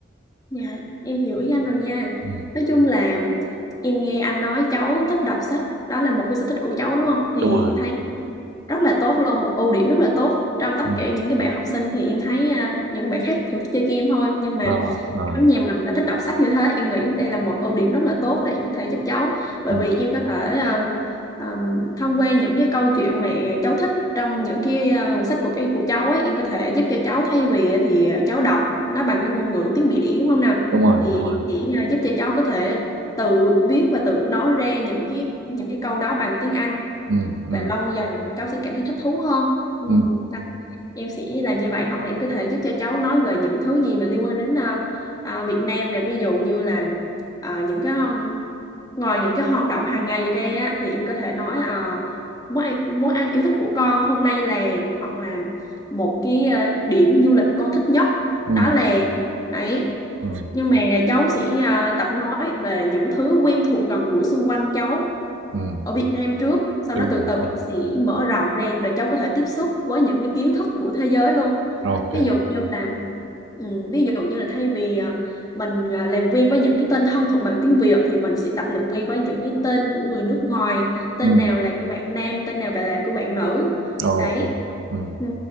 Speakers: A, on the left (about 20°); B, on the right (about 70°).
A: dạ em hiểu ý anh rồi nha
B: ừ.
A: nói chung là em nghe anh nói cháu thích đọc sách đó là một cái sở thích của cháu đúng không thì
B: đúng rồi
A: em thấy rất là tốt luôn một ưu điểm rất là tốt trong tất
B: ừ.
A: cả những cái bạn học sinh thì em thấy à, những bạn khác thường chơi game thôi nhưng mà
B: Ờ, ờ,
A: ở nhà mình đã thích đọc sách như thế em nghĩ đây là một ưu điểm rất là tốt để em có thể giúp cháu bởi
B: ừ.
A: vì em có thể um, um, thông qua những cái câu chuyện mà cháu thích trong những cái à, quyển sách của cái của cháu ấy em có thể giúp cho cháu thay vì thì cháu đọc nó bằng cái ngôn ngữ tiếng Mỹ đĩ đúng không nào
B: đúng rồi
A: thì
B: đúng rồi
A: chỉ à, giúp cho cháu có thể tự viết và tự nói ra những cái những cái câu đó bằng tiếng Anh
B: ừ ừ
A: và lâu dần cháu sẽ cảm thấy thích thú hơn ừ.
B: ừ
A: đó. em sẽ làm như vậy hoặc là em có thể giúp cho cháu nói về những thứ gì mà liên quan đến ờ, ờ, Việt Nam này ví dụ như là ờ, những cái um, ngoài những cái hoạt động hàng ngày ra á, thì em có thể nói ờ, món ăn, món ăn yêu thích của con hôm nay là hoặc là một cái ờ, điểm du lịch con thích nhất
B: ừ
A: đó là ấy
B: ừ
A: nhưng mà cháu sẽ ờ, tập nói về những thứ quen thuộc gần gũi xung quanh cháu
B: ừ.
A: ở Việt Nam trước sau
B: đúng
A: đó
B: rồi
A: từ từ
B: đúng rồi
A: em sẽ mở rộng ra để cháu có thể tiếp xúc với những cái kiến thức của thế giới luôn
B: ok
A: ví dụ như là ừ, ví dụ như là thay vì à, mình à, làm quen với những cái tên thân thuộc bằng tiếng Việt thì mình sẽ tập làm quen với những cái tên của người nước ngoài tên
B: ừ
A: nào là của bạn nam tên nào là của bạn nữ
B: ok
A: đấy
B: ừ
A: ừ,